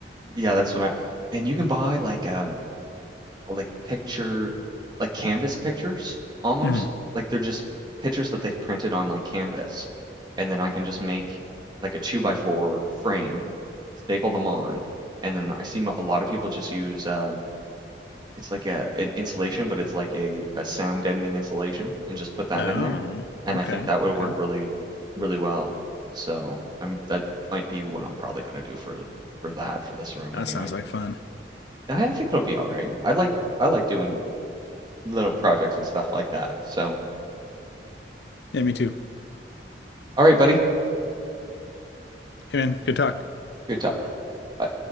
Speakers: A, on the right; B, on the left.
A: Yeah, that's when I. And you can buy like um like picture like canvas pictures almost
B: Mhm.
A: like they're just pictures that they've printed on like canvas, and then I can just make like a two by four frame, staple them on, and then I see a lot of people just use um It's like a an insulation, but it's like a a sound deadening insulation, and just put that
B: Oh,
A: in there, and
B: okay,
A: I think that would
B: okay.
A: work really, really well. So I'm that might be what I'm probably gonna do for for that for this room
B: That
A: anyway.
B: sounds like fun.
A: And I, I think it'll be all right. I like I like doing little projects and stuff like that. So
B: Yeah, me too.
A: all right, buddy.
B: Hey man, good talk.
A: Good talk. Bye.